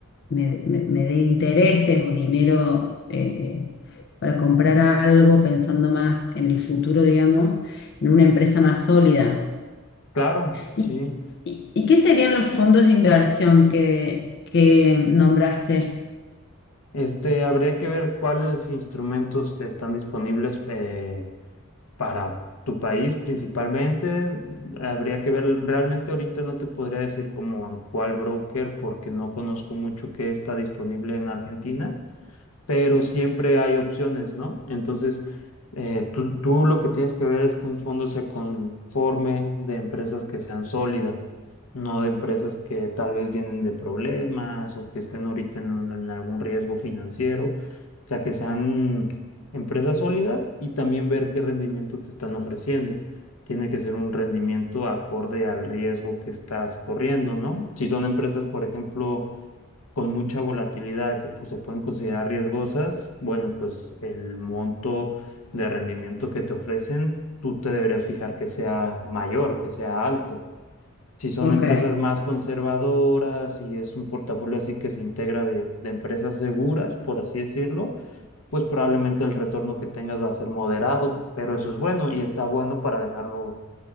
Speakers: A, on the left; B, on the left.
A: me, me- me dé intereses o dinero eh, para comprar algo, pensando más en el futuro, digamos, en una empresa más sólida.
B: Claro,
A: ¿Y,
B: sí.
A: y- y qué serían los fondos de inversión que, que nombraste?
B: Este, habría que ver cuáles instrumentos están disponibles eh, para tu país principalmente. Habría que ver, realmente ahorita no te podría decir como en cuál broker porque no conozco mucho qué está disponible en Argentina. pero siempre hay opciones, ¿no? Entonces, eh, tú, tú lo que tienes que ver es que un fondo se conforme de empresas que sean sólidas, no de empresas que tal vez vienen de problemas o que estén ahorita en, un- en algún riesgo financiero, o sea, que sean empresas sólidas y también ver qué rendimiento te están ofreciendo. Tiene que ser un rendimiento acorde al riesgo que estás corriendo, ¿no? Si son empresas, por ejemplo, con mucha volatilidad que pues, se pueden considerar riesgosas, bueno, pues el monto de rendimiento que te ofrecen, tú te deberías fijar que sea mayor, que sea alto. Si son
A: Ok.
B: empresas más conservadoras y es un portafolio así que se integra de, de empresas seguras, por así decirlo, pues probablemente el retorno que tengas va a ser moderado, pero eso es bueno y está bueno para dejarlo